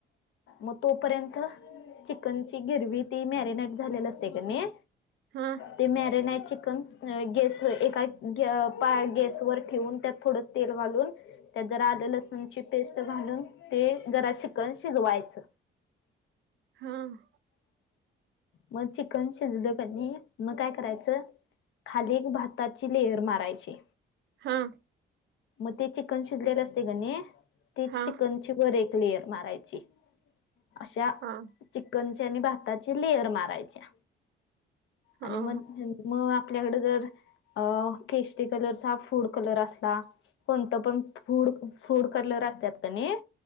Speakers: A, on the left; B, on the right.
A: मग तोपर्यंत, चिकनची गिरवी ती, मॅरिनाईट झालेल असतय का नाही
B: हा.
A: ते मॅरिनाइ चिकन. गस एका गॅ पा गॅस वर ठेवून, त्यात थोडं तेल घालून त्यात जरा आलं लसूणची पेस्ट घालून ते जरा चिकन शिजवायचं.
B: हाम.
A: मग चिकन शिजलं कनी मग काय करायचं, खाली एक भाताची लेअर मारायची.
B: हा
A: मग ते चिकन शिजलेलं असते ग नाही ती
B: हा
A: चिकनची वर एक लेयर मारायची. अशा
B: हा
A: चिकनचे आणि भाताचे लेअर मारायच्या
B: हा
A: आणि मगं मग आपल्याकड जर अ केष्टी कलरचा फूड कलर असला कोणत पण फूड फूड करल असत्यात का नाही